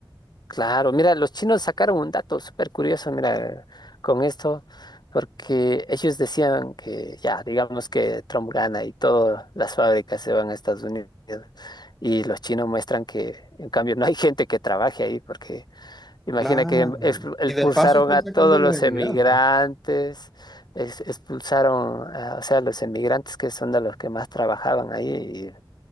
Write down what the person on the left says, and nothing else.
claro. Mira, los chinos sacaron un dato súper curioso, mira, con esto, porque ellos decían que ya, digamos que Trump gana y todas las fábricas se van a Estados Unidos. Y los chinos muestran que, en cambio, no hay gente que trabaje ahí porque Imagina
que ex- expulsaron
a
todos
los
emigrantes, ex- expulsaron, a, o sea, los emigrantes que son de los que más trabajaban ahí.